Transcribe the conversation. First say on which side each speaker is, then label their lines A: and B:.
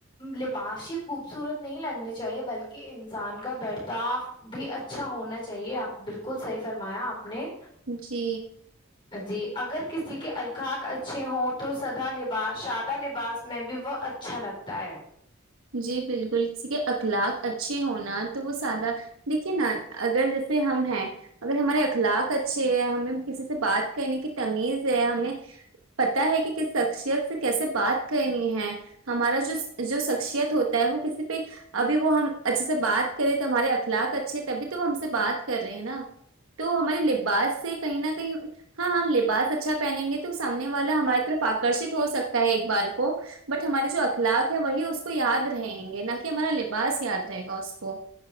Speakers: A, on the left; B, on the right.
A: لباشی خوبصورت نہیں لگنی چاہیے بلکہ انسان کا برتاف بھی اچھا ہونا چاہیے آپ بالکل صحیح فرمایا آپ نے
B: جی
A: جی اگر کسی کے القاق اچھے ہوں تو سدا لباس شادہ لباس میں بھی وہ اچھا لگتا ہے
B: جی بالکل کسی کے اخلاق اچھے ہونا تو وہ سادہ دیکھیے نا اگر جیسے ہم ہیں اگر ہمارے اخلاق اچھے ہیں ہمیں کسی سے بات کرنے کی تمیز ہے ہمیں پتا ہے کہ شخصیت سے کیسے بات کرنی ہے ہمارا جسجوجو شیت ہوتا ہے وہ کسی پہ ابھی وہ ہم اچھے سے بات کرے تو ہمارے اخلاق اچھے تبھی تو ہم سے بات کر رہے ہیں نا تو ہمارے لباس سے کہیں نہ کہیں ہاں ہم لباس اچھا پہنیں گے تو سامنے والا ہماری طرف آکی آکرشت ہو سکتا ہے ایک بار کو بٹ ہمارے جو اخلاق ہے وہی اس اس کو یاد رہیں گے نہ کہ ہمارا لباس یاد رہے گا اس کو